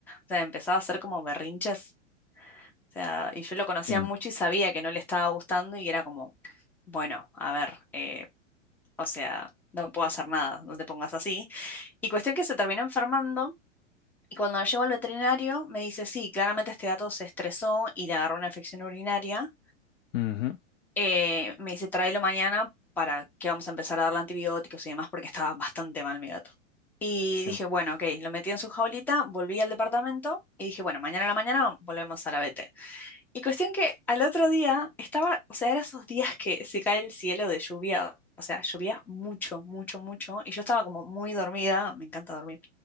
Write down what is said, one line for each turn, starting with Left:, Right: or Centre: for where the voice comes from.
Centre: sea, empezaba a hacer como berrinches. O sea, y yo lo conocía
Left: Sí.
Centre: mucho y sabía que no le estaba gustando y era como, bueno, a ver. eh, o sea, no puedo hacer nada, no te pongas así. Y cuestión que se terminó enfermando. Y cuando la llevo al veterinario, me dice, sí, claramente este gato se estresó y le agarró una infección urinaria.
Left: Ujú,
Centre: Eh, me dice, tráelo mañana para que vamos a empezar a darle antibióticos y demás, porque estaba bastante mal mi gato. Y
Left: Sí.
Centre: dije, bueno, ok, lo metí en su jaulita, volví al departamento y dije, bueno, mañana a la mañana volvemos a la vet. Y cuestión que al otro día estaba, o sea, eran esos días que se cae el cielo de lluvia, o sea, llovía mucho, mucho, mucho, y yo estaba como muy dormida, me encanta dormir,